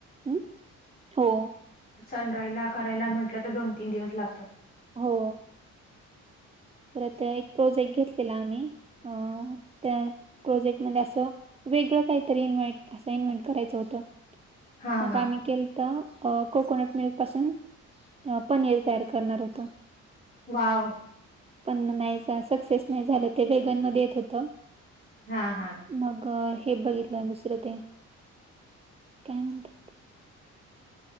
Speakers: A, on the right; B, on the left.
A: अह हो
B: सनड्रायला करायला म्हटलं तर दोन तीन दिवस लागतात.
A: हो परत एक प्रोजेक्ट घेतलेला आम्ही अं त्यात प्रोजेक्टमध्ये असं वेगळं काहीतरी इन्व्हेंट असं इन्वेंट करायचं होतं.
B: हा
A: मग
B: हा
A: आम्ही केल त कोकोनट मिल्क पासून, पनीर तयार करणार होतो.
B: वाव!
A: पण नाही सक्सेस नाही झालं ते वेगनमध्ये येतं होतं
B: हा हा
A: मग हे बघितलं दुसरं ते, काय म्हणतात?